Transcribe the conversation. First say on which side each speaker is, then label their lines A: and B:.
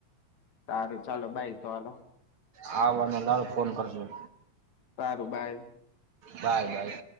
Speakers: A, on the left; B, on the right.
A: સારું ચાલો બાઈ તો હાલો
B: હાને લાડ ફોન કરજો
A: સારું બાઈ.
B: Bye bye.